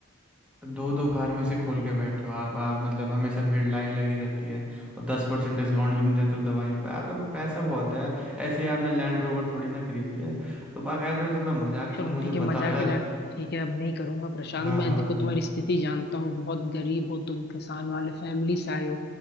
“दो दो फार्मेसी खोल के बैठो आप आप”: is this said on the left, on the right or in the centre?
Centre